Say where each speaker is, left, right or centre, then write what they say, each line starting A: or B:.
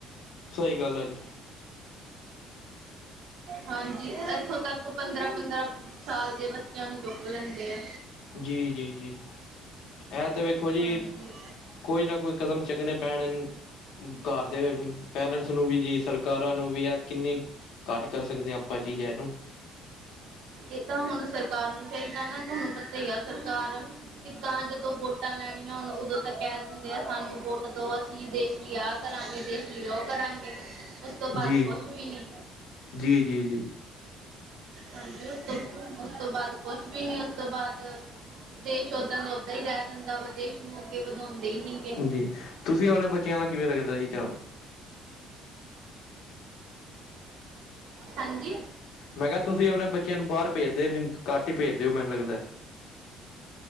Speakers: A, on the left (about 65°); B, on the right (about 75°).
A: ਸਹੀ ਗੱਲ ਆ ਜੀ।
B: ਹਾਂਜੀ ਇੱਥੋਂ ਤੱਕ ਪੰਦਰਾ-ਪੰਦਰਾ ਸਾਲ ਦੇ ਬੱਚਿਆ ਨੂੰ ਚੁੱਕ ਲੈਂਦੇ ਆ।
A: ਜੀ-ਜੀ, ਜੀ ਇਹ ਤੇ ਵੇਖੋ ਜੀ
B: ਹਾਂਜੀ
A: ਕੋਈ ਨਾ ਕੋਈ ਕਦਮ ਚੱਕਣੇ ਪੈਣੇ। ਘਰ ਦੇ ਪੇਰੈਂਟਸ ਨੂੰ ਵੀ ਜੀ ਸਰਕਾਰਾ ਨੂੰ ਵੀ ਆ ਕਿੰਨੀ ਘੱਟ ਕਰ ਸਕਦੇ ਹਾ ਆਪਾ ਜੀ ਜੇ ਇਹਨੂੰ।
B: ਇਹ ਤਾ ਹੁਣ ਸਰਕਾਰ ਨੂੰ ਚਾਹੀਦਾ ਨਾ ਤੁਹਾਨੂੰ ਪਤਾ ਹੀ ਆ ਸਰਕਾਰ ਕਿੱਦਾ ਜਦੋ ਵੋਟ ਟਾਂ ਲੈਣੀਆ ਹੋਣ ਉਦੋ ਤ ਕਹਿ ਦਿੰਦੇ ਆ ਸਾਨੂੰ ਵੋਟ ਦਉ ਅਸੀ ਦੇਸ਼ ਲਈ ਆਹ ਕਰਾਂਗੇ ਦੇਸ਼ ਲਈ ਉਹ ਕਰਾ ਉਸ ਤੋਂ ਬਾਅਦ
A: ਜੀ
B: ਕੁਛ ਵੀ ਨੀ
A: ਜੀ ਜੀ ਜੀ
B: ਹਾਂਜੀ। ਉਸ ਤੋਂ ਬਾਅਦ ਕੁਛ ਵੀ ਨੀ ਉਸ ਤੋਂ ਬਾਦ ਦੇਸ਼ ਓਦਾ ਦਾ ਓਦਾ ਹੀ ਰਹਿ ਜਾਂਦਾ ਵਾ ਦੇਸ਼ ਨੂੰ ਅੱਗੇ ਵਧਾਉਂਦੇ ਹੀ ਨੀ। ਗੇ
A: ਜੀ ਤੁਸੀ ਆਪਣੇ ਬੱਚਿਆ ਦਾ ਕਿਵੇਂ ਰੱਖਦੇ ਜੀ ਧਿਆਨ।
B: ਹਾਂਜੀ।
A: ਮੈਂ ਕਿਹਾ ਤੁਸੀ ਆਪਣੇ ਬੱਚਿਆ ਨੂੰ ਬਾਰ ਭੇਜਦੇ ਨੀ ਘੱਟ ਹੀ ਭੇਜਦੇ ਓ ਮੈਨੂੰ ਲੱਗਦਾ।